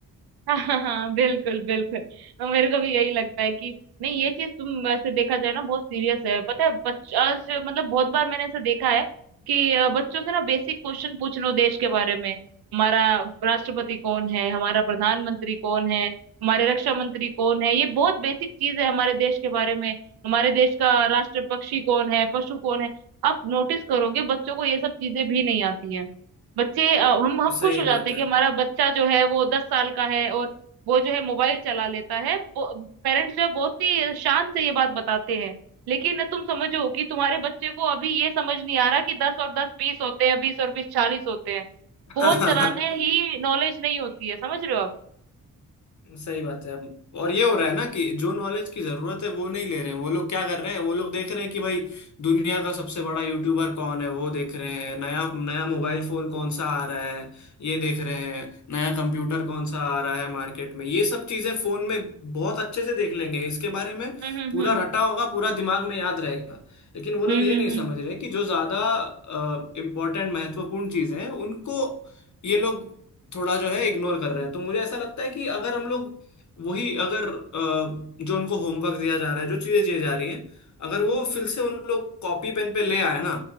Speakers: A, on the right; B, on the left.
A: हाँ हाँ हाँ बिल्कुल बिल्कुल और मेरे को भी यही लगता है कि नहीं ये चीज तुम वैसे देखा जाए ना बहुत सीरियस है पता है बच्चा से- मतलब बहुत बार मैंने ऐसा देखा है कि अ, बच्चों से ना बेसिक क्वेश्चन पूछ लो देश के बारे में हमारा राष्ट्रपति कौन है हमारा प्रधानमंत्री कौन है हमारे रक्षा मंत्री कौन है ये बहुत बेसिक चीज है हमारे देश के बारे में हमारे देश का राष्ट्र पक्षी कौन है पशु कौन है आप नोटिस करोगे बच्चों को ये सब चीजें भी नहीं आती है बच्चे अ, हम हम
B: <laughs> सही
A: खुश हो जाते
B: बात
A: हैं
B: है
A: कि हमारा बच्चा जो है वो दस साल का है और वो जो है मोबाइल चला लेता है पेरेंट्स जो है बहुत ही शान से ये बात बताते हैं लेकिन तुम समझो कि तुम्हारे बच्चे को अभी ये समझ नहीं आ रहा कि दस और दस बीस होते हैं बीस और बीस चालीस होते हैं
B: <laughs>
A: फोन चलाने ही नॉलेज नहीं होती है समझ रहे हो आप
B: सही बात है अब और ये हो रहा है ना कि जो नॉलेज की जरूरत है वो नहीं ले रहे हैं वो लोग क्या कर रहे हैं वो लोग देख रहे हैं कि भाई दुनिया का सबसे बड़ा यूट्यूबर कौन है वो देख रहे हैं नया नया मोबाइल फोन कौन सा आ रहा है ये देख रहे हैं नया कंप्यूटर कौन सा आ रहा है मार्केट में ये सब चीजें फोन में बहुत अच्छे से देख लेंगे इसके बारे में
A: हम्म
B: पूरा
A: हम्म
B: रटा होगा पूरा दिमाग में याद रहेगा लेकिन वो लोग
A: हम्म
B: ये
A: हम्म
B: नहीं समझ
A: हम्म
B: रहे कि जो ज्यादा इम्पोर्टेंट महत्वपूर्ण चीजें हैं उनको ये लोग थोड़ा जो है इग्नोर कर रहे हैं तो मुझे ऐसा लगता है कि अगर हम लोग वही अगर अ, जो उनको होमवर्क दिया जा रहा है जो चीजें दी जा रही हैं अगर वो
A: हम्म।
B: फिर से उन लोग कॉपी पेन पे ले आए ना